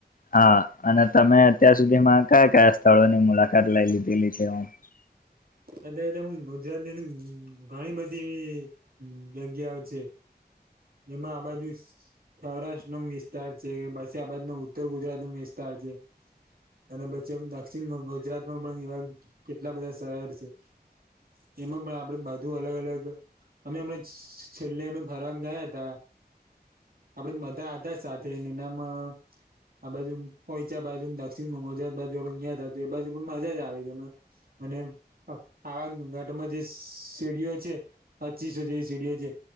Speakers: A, on the left; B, on the right.
A: હા અને તમે અત્યાર સુધીમાં કયા કયા સ્થળોની મુલાકાત લઈ લીધેલી છે. <inaudible>
B: અ હ ગુજરાતની ઘણી બધી એવી હમ જગ્યાઓ છે એમાં આ બાજુ સૌરાષ્ટ્રનો વિસ્તાર છે પછી આ બાજનો ઉત્તર ગુજરાતનો વિસ્તાર છે. અને પછી દક્ષિણ ગુજરાતમાં પણ એવા કેટલા બધા શહેર છે. એમાં પણ આપડે બધું અલગ અલગ અમે એમણા છેલ્લે અમે ફરવા ગયા હતા. આપડી બધા હતા સાથે એનામાં આ બાજુ પોઇચા બાજુ દક્ષિણ ગુજરાત બાજુ ગયા હતા એ બાજુ પણ મજા જ અમને. અને પાવાગઢમાં જે શીડીઓ છે. પચીસો જેવી સીડીઓ છે